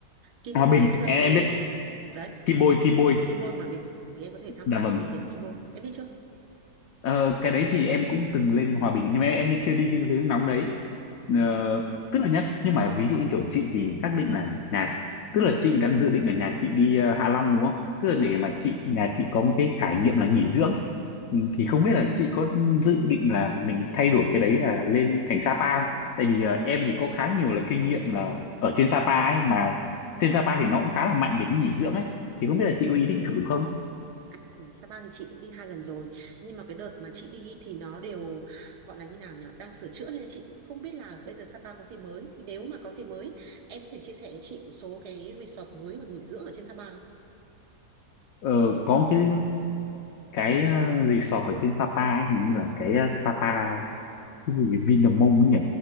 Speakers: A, on the right; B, on the left.
A: Kim
B: Hòa Bình,
A: Kim Sơn
B: em,
A: ờ
B: em biết
A: đấy
B: Kim Bôi, Kim Bôi,
A: Kim Bôi Hòa Bình thì em có thể tham
B: dạ
A: khảo
B: vâng.
A: cái địa điểm Kim Bôi em đi chưa
B: Ờ, cái đấy thì em cũng từng lên Hòa Bình nhưng mà em chưa đi cái hướng nóng đấy Ờ,
A: ừ
B: tức là nhá nhưng mà ví dụ như kiểu chị thì xác định là nhà tức là chị đang dự định là nhà chị đi ờ, Hạ Long đúng không tức
A: ừ
B: là để mà chị nhà chị có một cái trải nghiệm là nghỉ dưỡng Ừ, thì không biết là chị có dự định là mình thay đổi cái đấy là lên thành Sapa không tại vì ờ, em thì có khá nhiều là kinh nghiệm là ở trên Sapa ấy mà trên Sapa thì nó cũng khá là mạnh về cái nghỉ dưỡng ấy thì
A: ừ
B: không biết là chị có ý định thử không
A: À, Sapa thì chị cũng đi hai lần rồi nhưng mà cái đợt mà chị đi ý thì nó đều gọi là như nào nhỉ đang sửa chữa nên là chị cũng không biết là bây giờ Sapa có gì mới thì nếu mà có gì mới em có thể chia sẻ cho chị một số cái resort mới và nghỉ dưỡng ở trên Sapa không?
B: Ờ, có một cái cái uh, resort ở trên Sapa ấy, hình như là cái uh, Sapa cái gì Vinamong ấy nhỉ